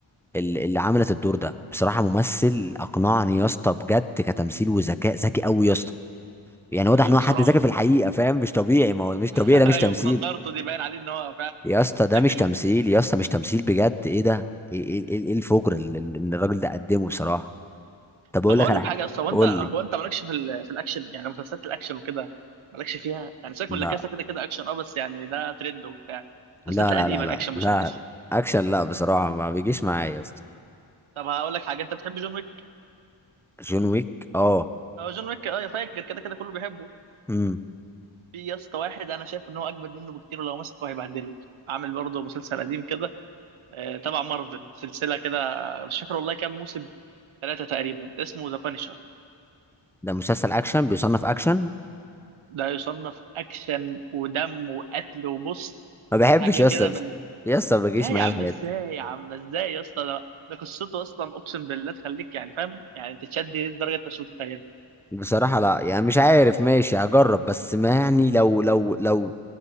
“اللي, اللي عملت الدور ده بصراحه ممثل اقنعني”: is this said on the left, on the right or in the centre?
Centre